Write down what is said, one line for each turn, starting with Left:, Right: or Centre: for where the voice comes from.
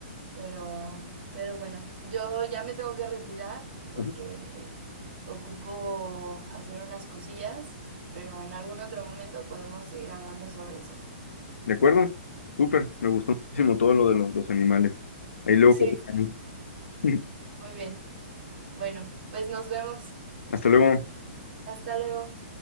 Right: Pero, pero bueno, yo ya me tengo que retirar porque
Left: Ujú.
Right: ocupo hacer unas cosillas, pero en algún otro momento podemos seguir hablando sobre eso.
Left: ¿De acuerdo? Súper, me gustó muchísimo todo lo de los, los animales. Ahí luego
Right: Sí,
Left: platicamos.
Right: sí,
Left: <laughs>
Right: muy bien. Bueno, pues nos vemos.
Left: Hasta luego.
Right: Hasta luego.